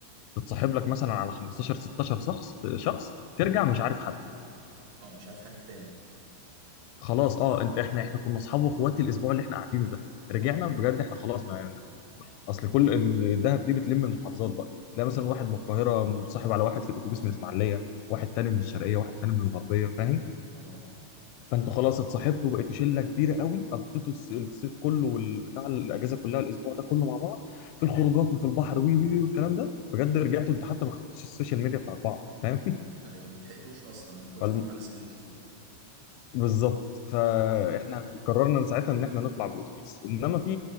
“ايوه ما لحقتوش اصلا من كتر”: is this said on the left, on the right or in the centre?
Right